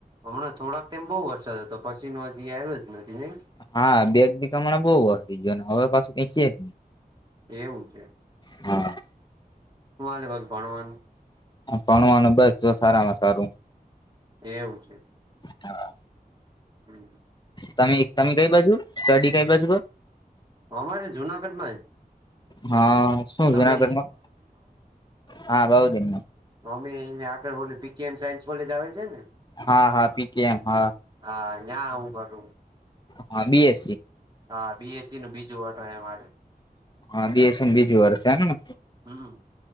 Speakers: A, on the right; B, on the left.
A: હમણાં થોડાકમ બહુ વરસાદ હતો પછી નો હજી આવ્યો જ નથી નઈ
B: હા બેગ ની કામણા બહુ વસ્તી ગયો હવે પાું કઈ છેી જ
A: એવું છે
B: હા
A: શું આલે ભ ભણવાનું
B: ભણવાનું બસ જો સારા માં સારું
A: એવું છે
B: હા
A: હમ
B: તમે તમે કઈ બાજુ સ્ટડી કઈ બાજુ કર
A: અમારે જુનાગઢ માં જ
B: હા શું
A: તમે
B: જુનાગઢમાં હા બાઉ દન ન
A: મમ્મી એ આગળ ઓ પીકેએમ સાયન્સ કોલેજ આવેલ છે ને
B: હા હા પીકેએમ હા
A: હા ્યાં આવું કરું
B: હા બીએસસી
A: હા બી. એસ. સી નું બીજું વરહ હોય અમારે
B: હ બી. એસ. સી નું બીજું વરસ સે એમને
A: હમ